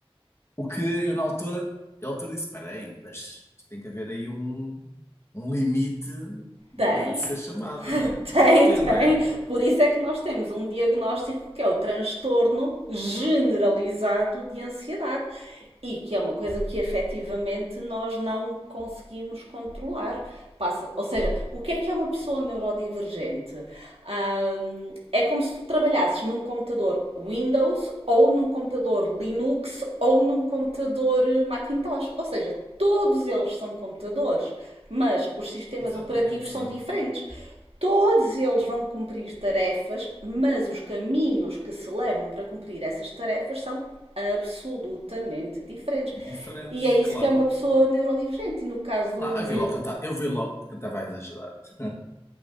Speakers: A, on the left; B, on the right.
A: O que eu, na altura, ele altura disse: espera aí, mas isto tem que haver aí um, um limite de,
B: Tem.
A: de ser chamado,
B: <laughs>
A: não é?
B: tem,
A: Deve ter,
B: tem.
A: não é?
B: Por isso é que nós temos um diagnóstico que é o transtorno generalizado de ansiedade e que é uma coisa que efetivamente nós não conseguimos controlar. Passa, ou seja, o que é que é uma pessoa neurodivergente? Hum, é como se tu trabalhasses num computador Windows ou num computador Linux ou num computador eh, Macintosh. Ou seja, todos eles são computadores, mas os sistemas
A: Exatamente,
B: operativos
A: sim.
B: são diferentes. Todos eles vão cumprir tarefas, mas os caminhos que se levam para cumprir essas tarefas são absolutamente diferentes.
A: Diferentes,
B: E é isso
A: claro.
B: que é uma pessoa neurodivergente. E no caso do
A: Ah,
B: meu miúdo,
A: eu vi logo que ele tá- eu vi logo que ele estava a exagerar. <laughs>